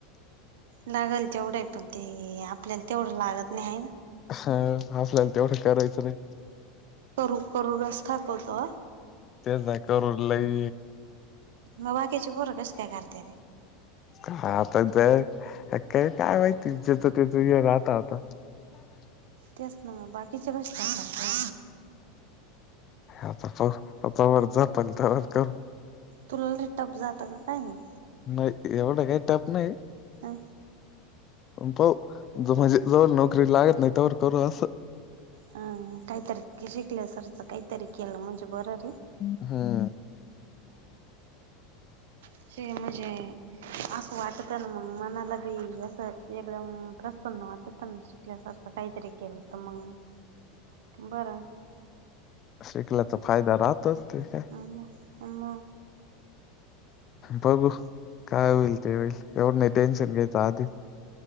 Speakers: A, on the right; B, on the left.
A: लागाल तेवढं आहे पण ते आपल्याला तेवढं लागत नाही आहे ना
B: ह हसल्या तेवढं करायचं रे
A: करू करू रस ठाकवतो
B: ते जाकर रल्लाय
A: मग बाकी्याची पोर कस काय काते
B: का आता काय काय माहिती ज त्याच राहत आता हो
A: तेच ना मग बाकीचे कस सत का
B: आता आता वर जातल त्या करू
A: तुलले टप जातं का काय मग
B: नाही एवढं काही टप नाही
A: हा
B: पाऊ म्हणजे जवळ नोकरी लागत नाही तर करू असं
A: ह काही तारीख शिकल्या सरच काही तारीख केला म्हणजे बरं रे
B: हा
A: अस म्हणजे असं वाटत आहे ना मग मनाला बी असं एकदम प्रसन्न वाटत ना शिकल्यासारखं काहीतरी केलं तर मग बरं
B: शिकल्या तर फायदा राहतच ते काय
A: आम आम
B: बघू काय होईल ते होईल एवढं नाही टेन्शन घ्यायच आधी